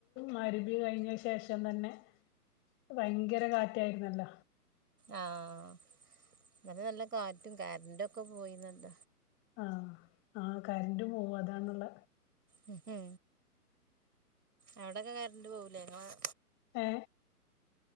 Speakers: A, on the left; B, on the right.
A: മരുപി കഴിഞ്ഞ ശേഷം തന്നെ ഭയങ്കര കാറ്റായിരുന്നല്ല
B: ആഹ് ഇന്നലെ നല്ല കാറ്റും കരന്റൊക്കെ പോയിന്നല്ല
A: ആഹ് ആ കരന്റ് പോവും അതാണുള്ള
B: ഹ് ഹ് അവിടൊക്കെ കറന്റ്പോവുല്ലെ ഇങ്ങള-
A: എ